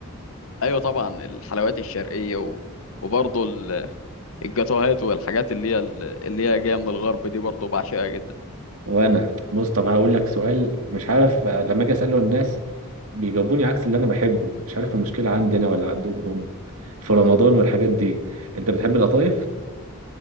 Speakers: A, on the left; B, on the right.
A: ايوه طبعا الحلويات الشرقيه و... وبرضه ال- الجاتوهات والحاجات اللي هي اللي هي جايه من الغرب دي برضه بعشقها جدا
B: وانا بص طب هقول لك سؤال مش عارف آه، لما اجي اساله الناس بيجاوبوني عكس اللي انا بحبه مش عارف المشكله عندي انا ولا عندهم هم في رمضان والحاجات دي انت بتحب القطايف